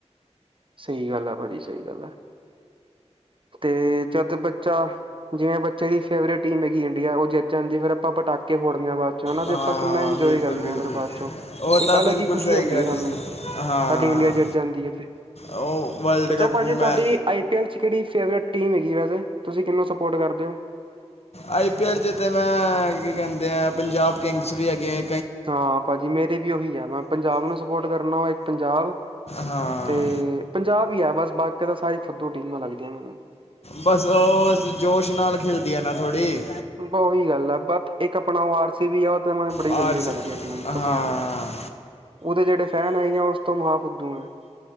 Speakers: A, on the right (about 50°); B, on the left (about 60°).
A: ਸਈ ਗਾੱਲ ਐ, ਪਾਜੀ ਸਈ ਗਾੱਲ ਐ। ਤੇ ਜਦ ਬੱਚਾ, ਜਿਵੇਂ ਜੇੜੀ ਫੇਵਰੇਟ ਟੀਮ ਹੈਗੀ ਇੰਡੀਆ ਓ ਜੇੱਤ ਜਾਂਦੀ ਫੇਰ ਆਪਾਂ ਪਟਾਕੇ ਫੋੜਨੇ ਬਾਦ <unintelligible>
B: ਹਾਂ
A: ਆਪਾਂ ਕਿੰਨਾ ਇੰਜੋਏ
B: ਬਿਲਕੁਲ
A: ਕਰਨੇ
B: ਬਿਲਕੁਲ
A: ਆਂ ਫੇਰ ਬਾਦ ਚੋਂ
B: ਉਹ
A: ਇੱਕ
B: ਤਾਂ
A: ਅਲੱਗ
B: ਬਿਲਕੁਲ
A: ਈ ਖੁਸ਼ੀ
B: ਸਹੀ
A: ਹੁੰਦੀ
B: ਕਿਹਾ
A: ਐ
B: ਤੁਸੀਂ
A: ਸਾਨੂੰ,
B: ਹਾਂ
A: ਸਾਡੀ ਇੰਡੀਆ ਜੇੱਤ ਜਾਂਦੀ ਏ।
B: ਉਹ ਵਰਲਡ
A: ਅੱਛਾ,
B: ਕੱਪ
A: ਪਾਜੀ
B: ਮੈਂ
A: ਤੋਆਡੀ ਆਈ ਪੀ ਐੱਲ ਚ ਕੇੜੀ ਫੇਵਰੇਟ ਟੀਮ ਹੈਗੀ ਵੈਸੇ, ਤੁਸੀ ਕਿੰਨੁ ਸਪੋਟ ਕਰਦੇ ਓ।
B: ਆਈ ਪੀ ਐਲ ਚ ਤੇ ਮੈਂ ਕੀ ਕੈਂਦੇ ਆ ਪੰਜਾਬ ਕਿੰਗਸ ਵੀ ਹੈਗੇ ਐ।
A: ਹਾਂ, ਪਾਜੀ ਮੇਰੀ ਵੀ ਓਹੀ ਆ, ਮੈਂ ਪੰਜਾਬ ਨੂੰ ਸਪੋਟ ਕਰਨਾ ਏਕ ਪੰਜਾਬ
B: ਹਾਂ
A: ਤੇ ਪੰਜਾਬ ਈ ਐ ਬਾੱਸ ਬਾਕਿਆ ਤਾ ਸਾਰੇ ਫੁਦੂ ਟੀਮਾਂ ਲੱਗਦੀਆਂ ਮੈਨੂੰ
B: ਬਸ ਓਹ ਜੋਸ਼ ਨਾਲ ਖਿਲਦੀ ਐ ਨਾ ਥੋੜੀ
A: ਬਾ ਓਈ ਗਾੱਲ ਆ ਬਟ ਇੱਕ ਆਪਣਾ ਓ ਆਰਸੀ ਵੀ ਆ <unintelligible> ਬੜੀ
B: ਆਰ
A: ਗੰਦੀ
B: ਸੀ।
A: ਲੱਗਦੀ ਐ ਟੀਮ, ਕਸਮ
B: ਹਾਂ
A: ਨਾਲ ਓਦੇ ਜੇੜੇ ਫੈਨ ਹੈਗੇ ਆ, ਓਸ ਤੋ ਮਾਂਹਾ ਫੁਦੂ ਐਂ।